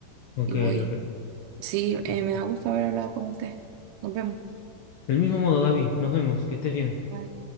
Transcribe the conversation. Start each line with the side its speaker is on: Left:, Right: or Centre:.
Left: Ok,
Right: y voy.
Left: ok.
Right: Sí, eh,
Left: Del
Right: me da gusto haber hablado con usted. Nos vemos.
Left: mismo modo, Gaby, nos vemos, que estés bien.
Right: Bye.